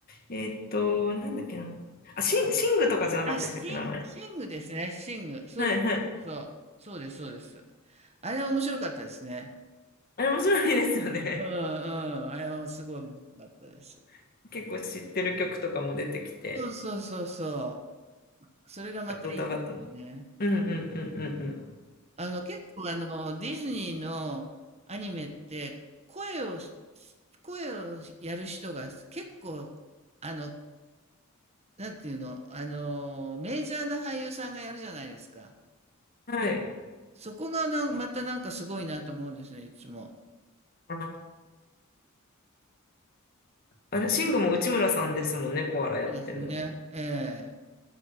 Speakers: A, on the left (about 45°); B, on the right (about 30°).
A: えっと、なんだっけな。あ、シン、シングとかじゃなかったでしたっけ、
B: あ、スティン、
A: 名前。
B: シングですね。シング。そうそうそう。
A: はいはい。
B: そうです、そうです。あれ面白かったですね。
A: あれ面白いですよね。
B: うんうん。あれはすごい面白かったです。
A: <laughs> 結構知ってる曲とかも出てきて、
B: そうそうそうそう。それがまたいいですよね。
A: ドタバタの。うんうんうんうん
B: あの、結構あの、ディズニーのアニメって、声をし、声をやる人が結構、あの、なんていうの、あの、メジャーな俳優さんがやるじゃないですか。
A: うん。はい。
B: そこがなんまたなんかすごいなと思うんですね、いつも。
A: あ、あれ、シングも内村さんですもんね、コアラやってるの。
B: そうですね。ええ。